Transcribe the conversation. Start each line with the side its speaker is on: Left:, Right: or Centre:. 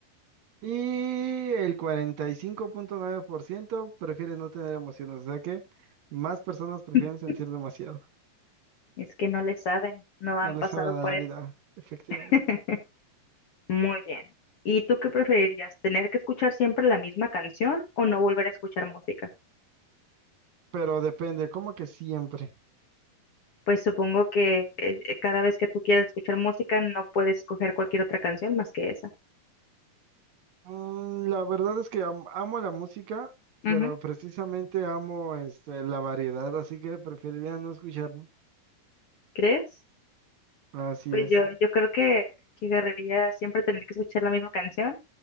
Right: Y el cuarenta y cinco punto nueve por ciento prefiere no tener emociones, o sea que más personas prefieren
Left: <laughs>
Right: sentir demasiado.
Left: Es que no le saben, no han
Right: No les
Left: pasado
Right: saben
Left: por
Right: a la vida,
Left: eso.
Right: efectivamente.
Left: <laughs> Muy bien. ¿Y tú qué preferirías? ¿Tener que escuchar siempre la misma canción o no volver a escuchar música?
Right: Pero depende, como que siempre.
Left: Pues supongo que eh, cada vez que tú quieras escuchar música no puedes escoger cualquier otra canción más que esa.
Right: Mm, la verdad es que am- amo la música,
Left: Ujú.
Right: pero precisamente amo este, la variedad, así que preferiría no escucharla.
Left: ¿Crees?
Right: Así
Left: Pues
Right: es.
Left: yo, yo creo que, que agarraría siempre tener que escuchar la misma canción,